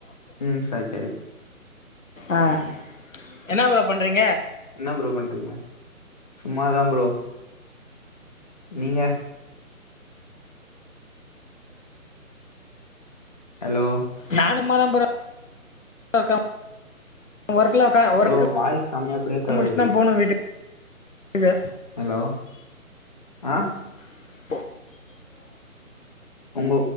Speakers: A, on the left; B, on the left.
A: ம் சரி சரி
B: அஹ் என்ன ப்ரோ பண்றீங்க
A: என்ன ப்ரோ பண்றீங்க சும்மாதான் ப்ரோ நீங்க ஹலோ
B: நா சும்மா தா ப்ரோ <unintelligible> ஒர்க்லாம் க்க ஒர்க்
A: ப்ரோ வாய்ஸ் செம்மையா பிரேக் ஆகுது
B: முடிச்ட் தான் போனும் வீட்டுக் ங்க
A: ஹலோ ஆஹ்
B: <inaudible>
A: உங்க